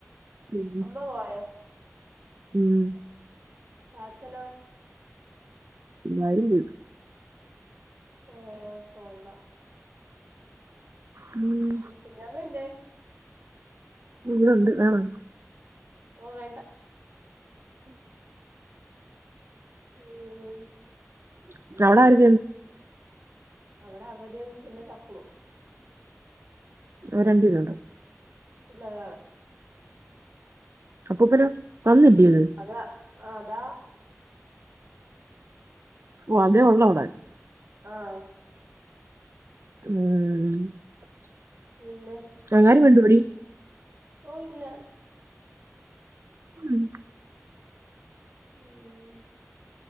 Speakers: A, on the right (about 60°); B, on the right (about 45°).
A: പിന്നെ
B: അമ്മ പോയോ
A: ഉം.
B: ചാച്ചനോ?
A: എല്ലാരും പോയി.
B: ആഹ കൊള്ളാ.
A: ഉം.
B: കുഞ്ഞാമെന്തെ?
A: ഇവിടൊണ്ട് വേണൊ?
B: ഓഹ് വേണ്ട. ഉം.
A: <unintelligible> ആര്
B: അവടെ അവരും പിന്നെ തക്കുടു.
A: അവരണ്ടേരുണ്ടോ?
B: ഇല്ല ഒരാള്
A: അപ്പൂപ്പനൊ വന്നില്ല്യോത്
B: അത ആതാ.
A: വൊ അതെ ഒള്ളോ അവ്ടെ.
B: ആഹ്.
A: ഉം
B: പിന്നെ.
A: ങ്ങാരെ കണ്ടുപിടി.
B: ഓഹ് ഇല്ല.
A: ഉം.
B: ഉം